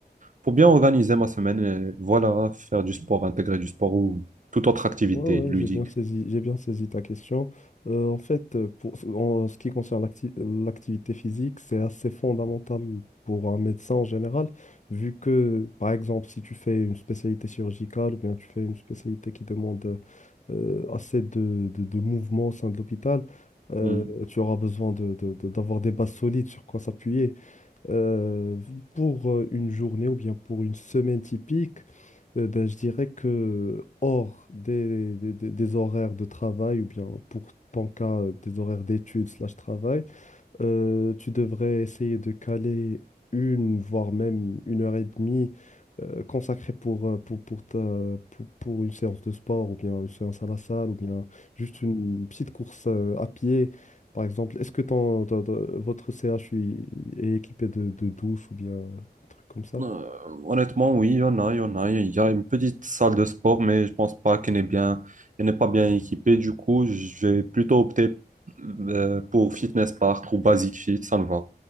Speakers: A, on the right; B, on the left.
A: pour bien organiser ma semaine et voilà, faire du sport, intégrer du sport ou toute autre activité
B: Ouais, ouais,
A: ludique.
B: j'ai bien saisi, j'ai bien saisi ta question. Euh, en fait, euh, pour, en ce qui concerne l'acti- l'activité physique, c'est assez fondamental pour un médecin en général, vu que, par exemple, si tu fais une spécialité chirurgicale, ou bien tu fais une spécialité qui demande euh, assez de, de, de mouvements au sein de l'hôpital, euh,
A: Mhm.
B: tu auras besoin de, de- de- d'avoir des bases solides sur quoi s'appuyer. Euh, pour euh, une journée ou bien pour une semaine typique, euh, ben, je dirais que hors des, des- des- des horaires de travail ou bien pour ton cas, euh, des horaires d'études slash travail, euh, tu devrais essayer de caler une, voire même une heure et demie euh, consacrée pour, euh, pour, pour, ta- pour, pour une séance de sport ou bien une séance à la salle ou bien juste une petite course euh, à pied. Par exemple, est-ce que ton, ton- ton- votre CHU est équipé de, de douche ou bien un truc comme ça?
A: Euh, honnêtement, oui, il y en a, il y en a. Il y a une petite salle de sport, mais je pense pas qu'elle n'est bien, elle n'est pas bien équipée. Du coup, je vais plutôt opter euh, pour Fitness Park ou Basic Fit, ça me va.